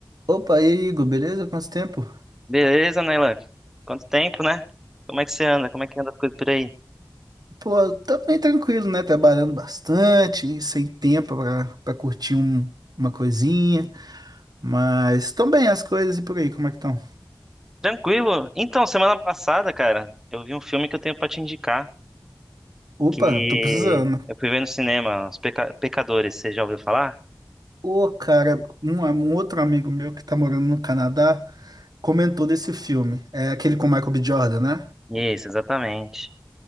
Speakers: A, on the right (about 60°); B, in the centre.
A: Opa, e aí, Igor, beleza? Quanto tempo?
B: Beleza, Nailan? Quanto tempo, né? Como é que você anda? Como é que anda a coisa por aí?
A: Pô, tá bem tranquilo, né? Trabalhando bastante, sem tempo pra, pra curtir um- uma coisinha. Mas estão bem as coisas e por aí, como é que estão?
B: Tranquilo? Então, semana passada, cara, eu vi um filme que eu tenho pra te indicar,
A: Opa,
B: que
A: tô precisando.
B: eu fui ver no cinema, Os Peca- Pecadores, você já ouviu falar?
A: Ô, cara, um, um outro amigo meu que tá morando no Canadá comentou desse filme. É aquele com o Michael B. Jordan, né?
B: Isso, exatamente.